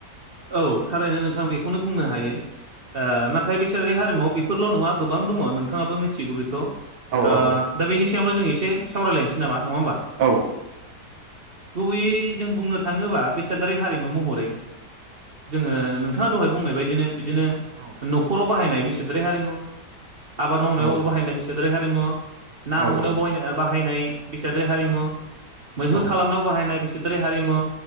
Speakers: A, on the right; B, on the right.
A: औ थारैनो नोंथां बेखौनो बुंनो हायो ओ नाथाय बे <unintelligible> हारिमु आव बेफोरल' नङा गोबां दङ नोंथाङाबो मिथिगौ बेखौ
B: औ
A: ओ दा बेनि सायावनो' जों एसे-' सावरायलायनोसै नामा? नङा होमबा
B: औ
A: गुबैयै जों बुंनो थाङोबा बेसादारि हारिमु महरै जोङो नोंथाङा दहाय बुंनाय बायदिनो बिदिनो
B: औ
A: न'खराव बाहायनाय बेसादारि हारिम आबाद मावनायाव
B: औ
A: बाहायनाय बेसादारि हारिमु ना
B: औ
A: हमनायावाय बाहायनाय बेसादारि हारिमु मैहुर
B: औ
A: खालामनायाव बाहायनाय बे <unintelligible> बेसादारि हारिमु